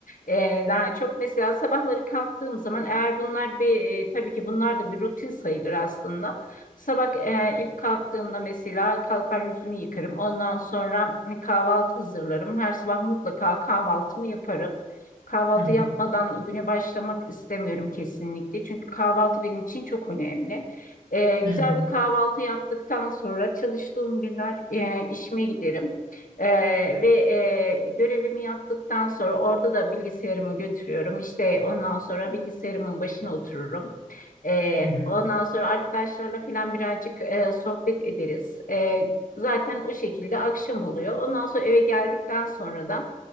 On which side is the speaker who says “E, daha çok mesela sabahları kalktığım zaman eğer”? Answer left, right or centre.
Left